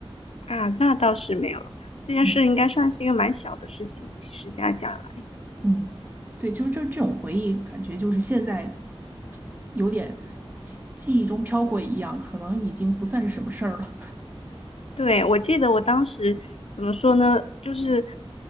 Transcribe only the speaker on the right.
嗯
嗯，对，就是这这种回忆，感觉就是现在有点记忆中飘过一样，可能已经不算是什么事儿了。<laughs>